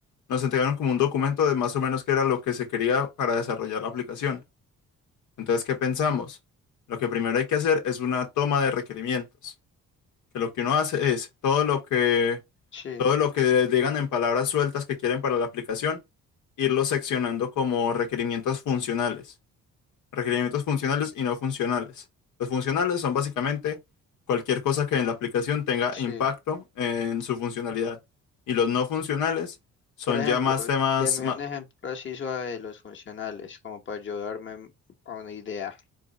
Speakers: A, on the left; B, on the left.
A: Nos entregaron como un documento de más o menos qué era lo que se quería para desarrollar la aplicación. Entonces, ¿qué pensamos? Lo que primero hay que hacer es una toma de requerimientos. que lo que uno hace es todo lo que,
B: Sí,
A: todo lo que digan en palabras sueltas que quieren para la aplicación, irlo seccionando como requerimientos funcionales, requerimientos funcionales y no funcionales. Los funcionales son básicamente cualquier cosa que en la aplicación tenga
B: sí.
A: impacto en su funcionalidad. Y los no funcionales son
B: Por ejemplo,
A: ya más temas,
B: deme
A: ma-
B: un ejemplo así suave de los funcionales, como para ayudarme m- a una idea.